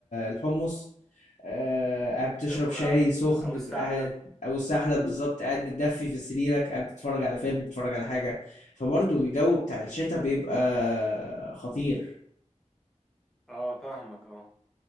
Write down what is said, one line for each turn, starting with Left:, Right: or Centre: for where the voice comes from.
Left: الحمص آه، قاعد بتشرب
Centre: او
Left: شاي سخن
Centre: أو السحلب
Left: قاعد او السحلب بالظبط قاعد متدفي في سريرك قاعد بتتفرج على فيلم بتتفرج على حاجة فبرضو الجو بتاع الشتاء بيبقى خطير
Centre: اه فاهمك اه